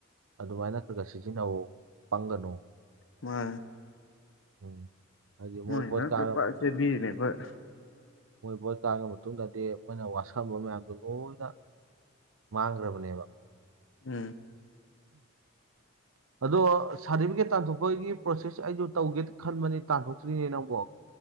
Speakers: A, on the right; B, on the left.
A: ꯑꯗꯨꯃꯥꯏꯅ ꯈꯔ ꯈꯔ ꯁꯤꯖꯤꯟꯅꯧꯋꯣ ꯄꯪꯒꯅꯨ
B: ꯃꯟꯅꯦ
A: ꯎꯝ ꯍꯥꯏꯗꯤ
B: ꯃꯣꯏ
A: ꯚꯣꯠ
B: ꯃꯔꯛꯇ
A: ꯀꯥꯔ
B: ꯐꯥꯖꯅ
A: ꯃꯇꯨꯡꯗ
B: ꯆꯦꯕꯤꯔꯤꯅꯦ ꯑꯩꯈꯣꯏ
A: ꯃꯣꯏ ꯕꯣꯠ ꯀꯒ꯭ꯔꯥꯕ ꯃꯇꯨꯡꯗꯗꯤ ꯃꯣꯏꯅ ꯋꯥꯁꯛꯑꯝꯕ ꯃꯌꯥꯝꯗꯣ ꯂꯣꯏꯅ ꯃꯥꯡꯈ꯭ꯔꯕꯅꯦꯕ
B: ꯎꯝ
A: ꯑꯗꯣ ꯁꯥꯔꯇꯤꯐꯤꯀꯦꯠ ꯇꯥꯟꯊꯣꯛꯄꯒꯤ ꯄ꯭ꯔꯣꯁꯦꯁꯇꯣ ꯑꯩꯖꯨ ꯇꯧꯒꯦꯅ ꯈꯟꯕꯅꯦ ꯇꯥꯟꯊꯣꯛꯇ꯭ꯔꯤꯅꯦ ꯅꯪꯕꯣ